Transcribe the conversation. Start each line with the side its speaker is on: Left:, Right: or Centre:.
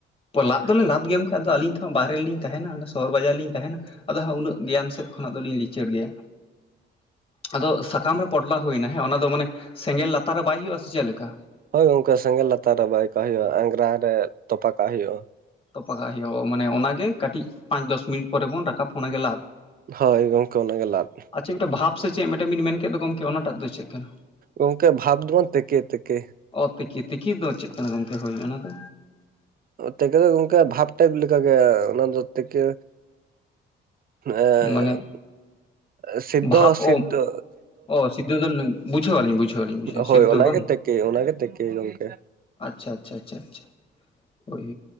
Left: ᱞᱟᱫᱽ ᱫᱚᱞᱮ ᱞᱟᱫ ᱜᱮᱭᱟ ᱜᱚᱢᱠᱮ ᱟᱹᱞᱤᱧᱦᱚᱸ ᱵᱟᱦᱮᱨᱮᱞᱤᱧ ᱛᱟᱦᱮᱱᱟ ᱚᱱᱟ ᱥᱚᱦᱚᱨ ᱵᱟᱡᱟᱨ ᱞᱤᱧ ᱛᱟᱦᱮᱱᱟ᱾ ᱟᱫᱚ ᱦᱟᱸᱜ ᱩᱱᱟᱹᱜ ᱜᱮᱭᱟᱱ ᱥᱮᱫ ᱠᱷᱚᱱᱟᱜ ᱫᱚᱞᱤᱧ ᱞᱤᱪᱟᱹᱲ ᱜᱮᱭᱟ᱾ ᱟᱫᱚ ᱥᱟᱠᱟᱢ ᱨᱮ ᱯᱚᱴᱞᱟ ᱦᱩᱭᱱᱟ ᱦᱮᱸ ᱚᱱᱟ ᱫᱚ ᱢᱟᱱᱮ ᱥᱮᱸᱜᱮᱞ ᱞᱟᱛᱟᱨ ᱨᱮ ᱵᱟᱭ ᱦᱩᱭᱩᱜᱼᱟ ᱥᱮ ᱪᱮᱫᱞᱮᱠᱟ?
Right: ᱦᱳᱭ ᱜᱚᱢᱠᱮ ᱥᱮᱸᱜᱮᱞ ᱞᱟᱛᱟᱨ ᱨᱮ ᱵᱟᱭ ᱠᱟᱜ ᱦᱩᱭᱩᱜᱳᱼᱟ ᱟᱸᱜᱨᱟ ᱨᱮ ᱛᱚᱯᱟ ᱠᱟᱜ ᱦᱩᱭᱩᱜᱼᱟ᱾
Left: ᱛᱚᱯᱟᱜᱟᱜ ᱦᱩᱭᱩᱜᱼᱟ ᱢᱟᱱᱮ ᱚᱱᱟᱜᱮ ᱠᱟᱹᱴᱤᱡ ᱯᱟᱸᱪ ᱫᱚᱥ ᱢᱤᱱᱤᱴ ᱯᱚᱨᱮ ᱵᱚᱱ ᱨᱟᱠᱟᱵ ᱚᱱᱟᱜᱮ ᱞᱟᱫᱽ?
Right: ᱦᱳᱭ ᱜᱚᱢᱠᱮ ᱚᱱᱟᱜᱮ ᱞᱟᱫᱽ᱾
Left: ᱟᱪᱪᱷᱟ ᱢᱤᱫᱴᱮᱱ ᱵᱷᱟᱵᱽ ᱥᱮ ᱪᱮᱫ ᱢᱤᱫᱴᱮᱱ ᱵᱤᱱ ᱢᱮᱱ ᱠᱮᱫ ᱫᱚ ᱜᱚᱢᱠᱮ ᱚᱱᱟᱴᱟᱜ ᱫᱚ ᱪᱮᱫ ᱠᱟᱱᱟ?
Right: ᱜᱚᱢᱠᱮ ᱵᱷᱟᱵᱽ ᱫᱚ ᱛᱮᱠᱮ ᱛᱮᱠᱮ᱾
Left: ᱚ ᱛᱤᱠᱤ ᱛᱤᱠᱤ ᱫᱚ ᱪᱮᱫ ᱠᱟᱱᱟ ᱜᱚᱢᱠᱮ ᱦᱚᱭ ᱚᱱᱟ ᱫᱚ?
Right: ᱛᱮᱠᱮ ᱫᱚ ᱜᱚᱢᱠᱮ ᱵᱷᱟᱯ ᱴᱟᱭᱤᱯᱞᱮᱠᱟ ᱜᱮ ᱚᱱᱟ ᱫᱚ ᱛᱮᱠᱮ ᱮ
Left: ᱢᱟᱱᱮ
Right: ᱥᱤᱫᱫᱚ
Left: ᱵᱷᱟᱵᱽ
Right: ᱚᱥᱤᱫᱫᱚ
Left: ᱚ ᱚ ᱥᱤᱫ ᱫᱚᱞ ᱵᱩᱡᱟᱹᱣ ᱟᱞᱤᱧ ᱵᱩᱡᱷᱟᱹᱣ᱾ ᱟᱹᱞᱤᱧ ᱵᱩᱡᱷᱟᱹᱣ
Right: ᱦᱳᱭ
Left: ᱥᱤᱫᱷᱟᱹ
Right: ᱚᱱᱟᱜᱮ
Left: ᱫᱚ ᱵᱟᱝ
Right: ᱛᱮᱠᱮ ᱚᱱᱟᱜᱮ ᱛᱮᱠᱮ ᱜᱚᱢᱠᱮ
Left: ᱟᱪᱪᱷᱟ ᱟᱪᱪᱷᱟ ᱟᱪᱪᱷᱟ ᱟᱪᱪᱷᱟ ᱚᱭ